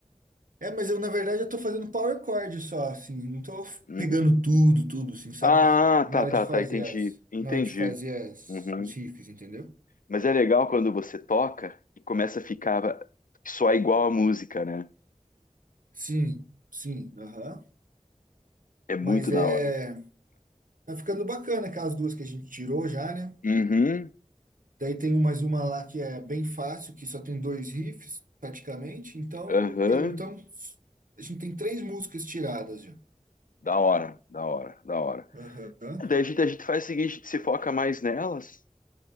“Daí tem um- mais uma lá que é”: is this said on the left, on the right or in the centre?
Right